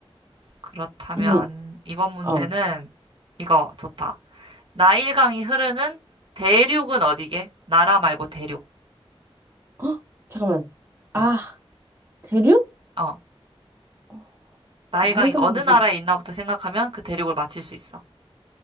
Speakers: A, on the right (about 55°); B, on the right (about 25°).
A: 그렇다면
B: <laughs> 음,
A: 이번 문제는
B: 어,
A: 이거 좋다. 나일강이 흐르는 대륙은 어디게? 나라 말고 대륙.
B: <gasps> 헉, 잠깐만. 아,
A: 응.
B: 대륙?
A: 어.
B: 어,
A: 나일강이
B: 나일강이
A: 어느 나라에
B: 근데.
A: 있나부터 생각하면 그 대륙을 맞힐 수 있어.